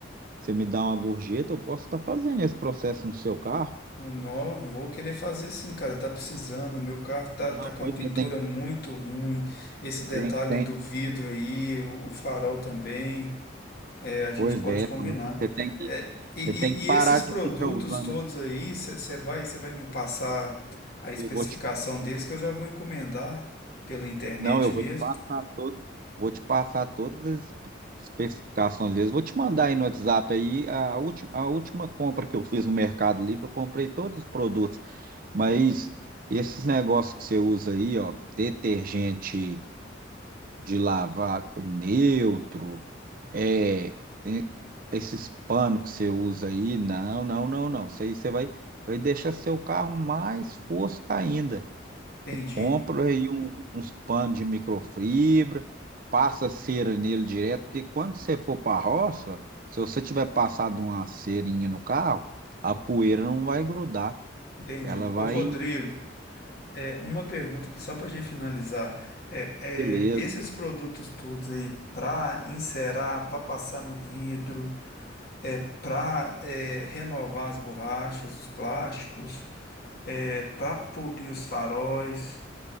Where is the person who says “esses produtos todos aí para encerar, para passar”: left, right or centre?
Left